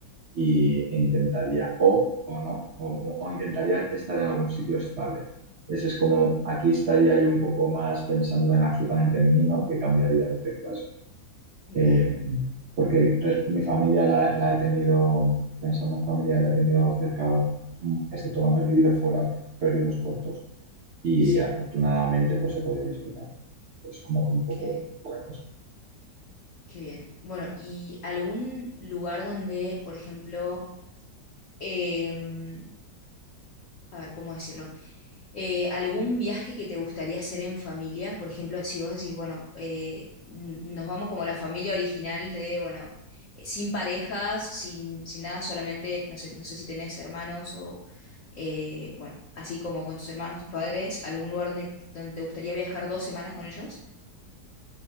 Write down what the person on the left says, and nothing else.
Bien,
sí,
qué bien.
Qué bien. Bueno, ¿y algún lugar donde, por ejemplo, em, a ver, ¿cómo decirlo? Eh, ¿algún viaje que te gustaría hacer en familia? Por ejemplo, si vos decís, bueno, eh, n- nos vamos como la familia original de, bueno, eh, sin parejas, sin, sin nada, solamente, no sé, no sé si tenés hermanos o, eh, bueno, así como con tus hermanos, tus padres, ¿algún lugar donde, donde te gustaría viajar dos semanas con ellos?